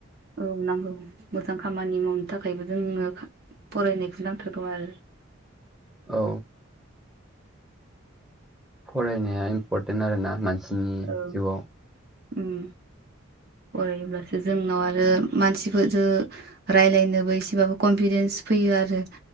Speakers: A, on the right; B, in the centre.
A: औ नांगौ मोजां खामानि मावनो थाखायबो जोंनो फरायनायखौ नांथारगौ आरो।
B: औ। फरायनाया इम्परटेन्ट आरोना मानसिनि
A: औ
B: जिउआव।
A: उम। फरायोब्लासो जोंनाव आरो मानसिफोरजों रायलायनोबो एसेबाबो कनफिदेन्स फैयो आरो